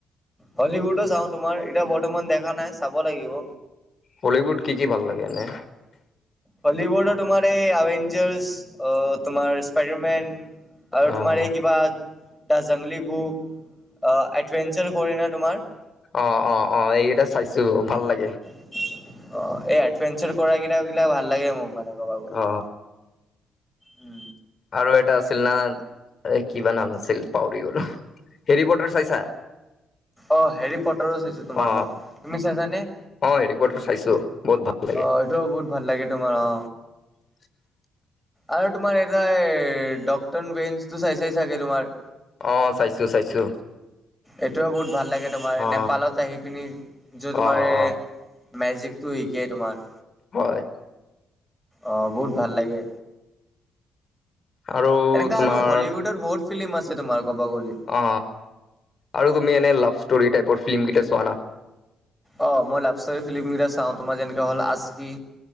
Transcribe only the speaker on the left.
হলিউড কি কি ভাল লাগে এনে।
অ',
অ অ অ এইকেইটা চাইছো ভাল লাগে।
অ
আৰু এটা আছিল না এই কিবা নাম আছিল পাউৰি গলো হেৰি পটাৰ চাইছা?
অ
অ' হেৰিপটাৰ চাইছো বহুত ভাল লাগে
<inaudible>
অ চাইছো চাইছো।
অ
অ
অ
হয়
আৰু
তোমাৰ
অ আৰু তুমি এনে লাভ ষ্টৰী টাইপৰ ফিল্ম কেইটা চোৱা না।